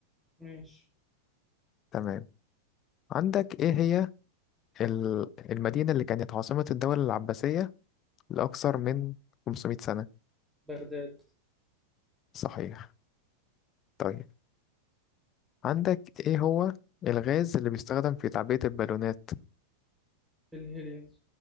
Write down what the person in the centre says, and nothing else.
ماشي
بغداد
الهيليوم